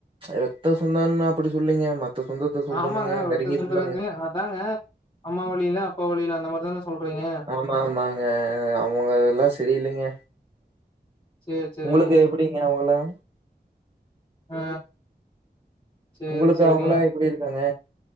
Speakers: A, on the right; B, on the left.
A: ரத்த சொந்தன்னு நா அப்படி சொல்லங்க மத்த சொந்தத்த சொல்றனுங்க
B: ஆமாங்க
A: நெருங்கிய
B: ரத்த சொந்தது
A: சொந்தங்க
B: அதாங்க அம்மா வழியில அப்பா வழியில அந்த மாரிதான சொல்றீங்க
A: ஆமா ஆமாங்க அவுங்க எல்லா செரியில்லெங்க
B: சேரி சேரிங்க
A: உங்களுக்கு எப்புடிங்க அவுங்களா
B: ஆ சேரி
A: உங்களுக்கு
B: சேரிங்க
A: அவங்கலாம் எப்படி இருக்காங்க?